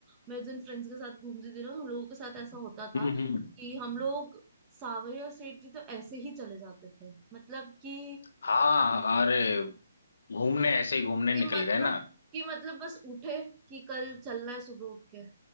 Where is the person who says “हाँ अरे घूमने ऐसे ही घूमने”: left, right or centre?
Left